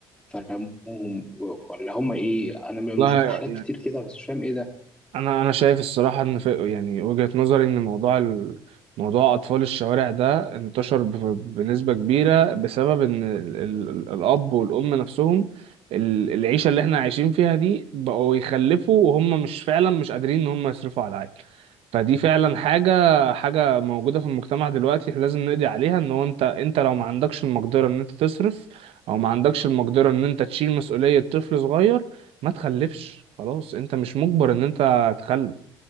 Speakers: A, in the centre; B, on the right.
A: فرموهم و- ولا هم إيه أنا م-
B: والله
A: شفت حالات كتير كده بس مش فاهم إيه ده
B: انا انا شايف الصراحه ان في يعني وجهه نظري ان موضوع ال... موضوع اطفال الشوارع ده انتشر ب... بنسبه كبيره بسبب ان ال... ال... ال- الاب والام نفسهم ال... العيشه اللي احنا عايشين فيها دي بقوا يخلفوا وهم مش فعلا مش قادرين ان هم يصرفوا على العيل فدي فعلا حاجه حاجه موجوده في المجتمع دلوقتي إحنا لازم نقضي عليها ان هو انت انت لو ما عندكش المقدره ان انت تصرف او ما عندكش المقدره ان انت تشيل مسؤوليه طفل صغير ما تخلفش خلاص انت مش مجبر ان انت هتخلف